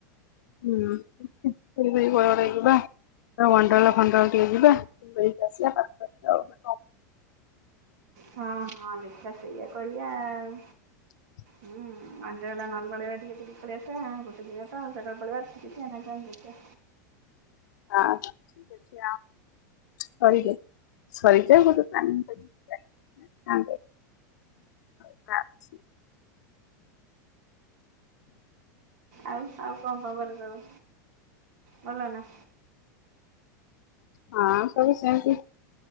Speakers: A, on the left; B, on the right.
A: ହୁଁ <unintelligible> କୁଆଡେ ଗୋଟେ ଯିବା। ଆ ୱାଣ୍ଡେର୍ଲା ଫଣ୍ଡ୍ରେଲା ଟିକେ ଯିବା ବୁଲିକି ଆସିବା ପାଖରେ ତ ଆଉ କ <unintelligible>
B: ହଁ ହଁ ଦେଖିଆ ସେଇଆ କରିଆ ଆଉ।
A: <inaudible>
B: ହୁଁ ୱାଣ୍ଡେରଲା ନହେଲେ ପଳେଇବା ଟିକେ ବୁଲିକି ପଳେଇ ଆସିଆ ଗୋଟେ ଦିନ ତ ଆଉ ସକାଳୁ ପଳେଇବା ଠିକ୍ ଅଛି ନା କଣ କହୁଚ।
A: ହଁ ଦେଖିଆ। ସରିଯାଉ ସରିଯାଉ ଗୋଟେ ପ୍ଳାନିଂ କରିକି ଯିବା, <unintelligible> ବାଛ
B: ଆଉ ଆଉ କଣ ଖବର ସବୁ ଭଲ ନା?
A: ହଁ ସବୁ ସେମିତି